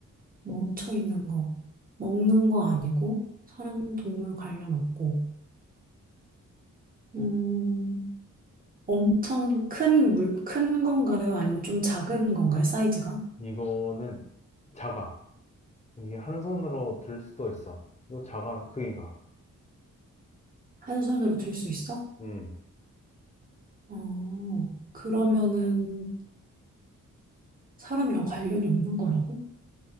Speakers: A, on the right; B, on the left.
A: 멈춰 있는 거. 먹는 거 아니고, 사람, 동물 관련 없고. 음, 엄청 큰 물, 큰 건가요? 아니면 좀 작은 건가요? 사이즈가?
B: 이거는 작아. 이게 한 손으로 들 수도 있어. 이거 작아, 크기가.
A: 한 손으로 들 수 있어?
B: 음,
A: 어, 그러면은 사람이랑 관련이 없는 거라고?